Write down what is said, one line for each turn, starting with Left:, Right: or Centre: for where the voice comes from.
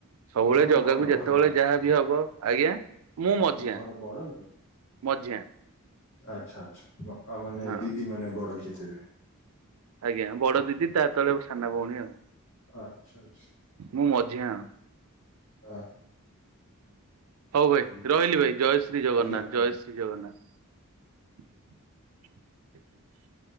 Right: ସବୁବେଳେ
Left: ଆପଣ କଣ
Right: ଜଗାକୁ
Left: ବଡ
Right: ଯେତେବେଳେ
Left: ଘରର?
Right: ଯାହା ବି ହବ ଆଜ୍ଞା। ମୁଁ
Left: ଆପଣଙ୍କ
Right: ମଝିଆ
Left: ଘର ବଡ କି?
Right: ମଝିଆ।
Left: ଆଚ୍ଛା ଆଚ୍ଛା ମାନେ
Right: ହଁ
Left: ଦିଦି ମାନେ ବଡ କି ଥିବେ?
Right: ଆଜ୍ଞା ବଡ ଦିଦି ତା ତଳେ ସାନା ଭଉଣୀ ଆଉ।
Left: ଆଚ୍ଛା ଆଚ୍ଛା।
Right: ମୁଁ ମଝିଆ।
Left: <inaudible>
Right: ହଉ ଭାଇ
Left: ଠିକ
Right: ରହିଲି ଭାଇ ଜୟ ଶ୍ରୀ ଜଗନ୍ନାଥ
Left: ଆଜ୍ଞା
Right: ଜୟ
Left: ଆଜ୍ଞା
Right: ଶ୍ରୀ ଜଗନ୍ନାଥ। <inaudible>